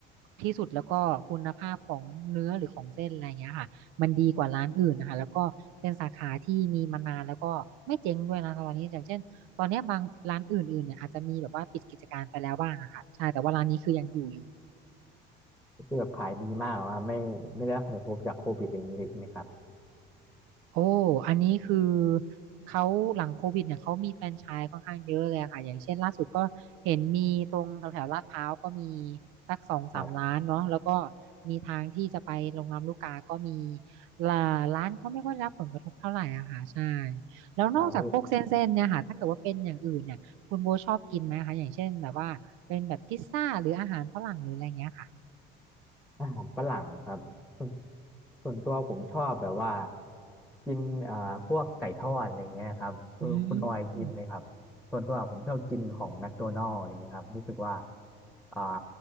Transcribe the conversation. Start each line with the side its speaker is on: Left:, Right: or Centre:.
Right: ที่สุดแล้วก็คุณภาพของเนื้อหรือของเส้นอะไรเงี้ยค่ะมันดีกว่าร้านอื่นนะคะแล้วก็เป็นสาขาที่มีมานานแล้วก็ไม่เจ๊งด้วยนะคะตอนนี้อย่างเช่น ตอนเนี้ยบางร้านอื่นๆเนี่ยอาจจะมีแบบว่าปิดกิจการไปแล้วบ้างอะค่ะใช่แต่ว่าร้านนี้คือยังอยู่อยู่
Centre: คือแบบขายดีมากว่าไม่ไม่ได้รับผลกระทบจากโควิดอะไรอย่างนี้เลยใช่ไหมครับ
Right: โอ้อันนี้คือเขาหลังโควิดเนี่ยเขามีแฟรนไชส์ค่อนข้างเยอะเลยอะค่ะอย่างเช่นล่าสุดก็เห็นมีตรงแถวแถวลาดพร้าวก็มีสักสองสามร้านเนาะแล้วก็
Centre: ครับ
Right: มีทางที่จะไปลงลำลูกกาก็มีละร้านก็ไม่ค่อยได้รับผลกระทบเท่าไหร่อะค่ะใช่แล้วนอกจากพวกเส้นๆเนี่ยค่ะถ้าเกิดว่าเป็นอย่างอื่นเนี่ยคุณโบชอบกินไหมคะอย่างเช่นแบบว่าเป็นแบบพิซซ่าหรืออาหารฝรั่งหรืออะไรเงี้ยค่ะ
Centre: ครับคืออาหารฝรั่งครับส่วนส่วนตัวผมชอบแบบว่ากินเอ่อพวกไก่ทอดอะไรเงี้ยครับเออคุณออยกินไหมครับส่วนตัวผมชอบกินของแมคโดนัลด์อะไรเงี้ยครับรู้สึกว่า
Right: อืม
Centre: อ่า